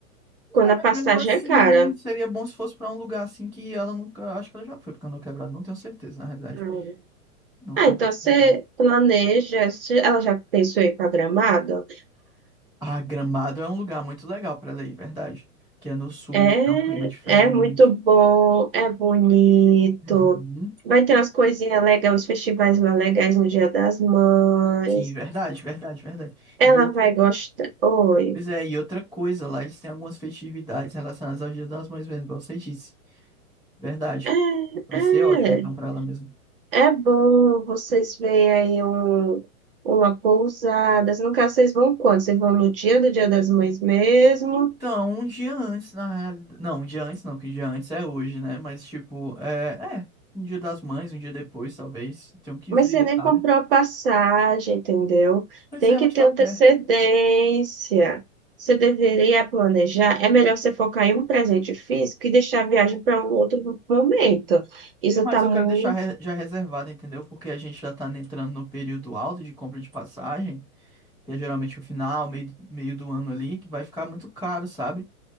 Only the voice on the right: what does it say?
Quando
a
passagem
é cara.
Hum.
Ah,
então
você
planeja, se ela já pensou em programado?
É,
é muito bom, é bonito.
Vai ter umas coisinhas legais, uns festivais mais legais no Dia das Mães.
Ela
vai gostar. Oi.
É,
é.
É bom vocês verem aí um, uma pousada. No caso, vocês vão quando? Vocês vão no dia do Dia das Mães mesmo?
Mas
você nem
comprou a passagem, entendeu?
Tem
que
ter
antecedência.
Você deveria planejar. É melhor você focar em um presente físico e deixar a viagem para um outro momento. Isso
está
muito.